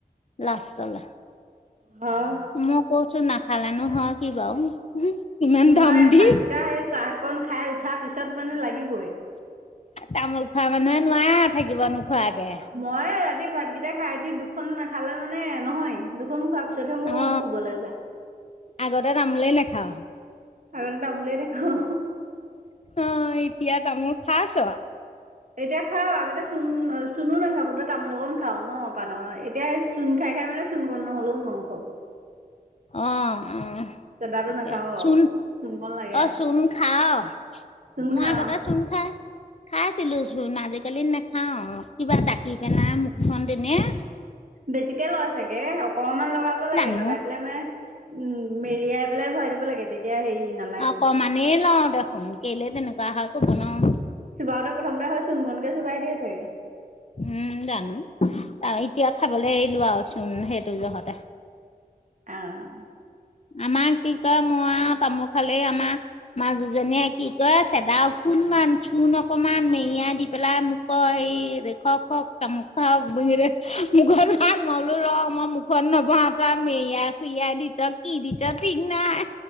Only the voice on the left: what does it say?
লাষ্টলৈ।
মই কৈছোঁ নাখালে নো হয় কি বাৰু, ইমান
দাম দি।
তামোল খোৱা মানুহে নোৱাৰে থাকিব নোখোৱাকে।
অ
আগতে তামোলে নেখাও।
অ' এতিয়া তামোল খাইছ?
অ' অ'
তাকে
চূণ
অ'
চুণ খাৱ?
মই
আগতে চুন খাই খাইছিলো, চুন আজিকালি নাখাওঁ কিবা দাকি পেলাই মুখন তেনেই।
জানো
অকমানেই লওঁ দেখোন কেলে তেনেকুৱা হয় ক'ব নোৱাৰো।
উম' জানো এতিয়া খাবলৈ এৰিলো আৰু চুন সেইটো জহতে।
আমাক কি কয় মই আৰু তামোল খালেই আমাৰ মাজুজনীয়ে কি কয চেদা অকন-মান, চূণ অকমান মেৰিয়াই দি পেলাই মোক কয় খুৱাওক খুৱাওক তামোল খুৱাওক বুলিয়ে মুখত ভৰাওক, মই বোলো ৰ মই মুখত নভৰাওঁ তই মেৰিয়াই খুইয়াই দিচ' কি দিছ ঠিক নাই